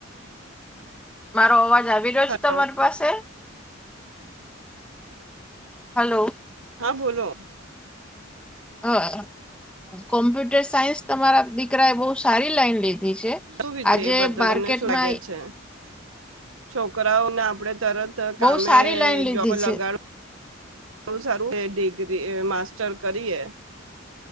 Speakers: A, in the centre; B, on the right.
A: મારો અવાજ આવી રહ્યો
B: હલો
A: છ તમારી પાસે? હલો.
B: હા બોલો.
A: હ કોમ્પ્યુટર સાયન્સ તમારા દીકરા એ બહુ સારી લાઈન લીધી. ઘી છે
B: શું વિ
A: આજે
B: એ બદલ
A: માર્કેટમાં
B: તમને શું લાગે છે? છોકરાઓને આપડે તરત
A: બહુ
B: કામે
A: સારી લાઈન લીધી
B: જોબે
A: છે.
B: લગાડવું બવ સારું કે ડિગ્રી માસ્ટર કરીએ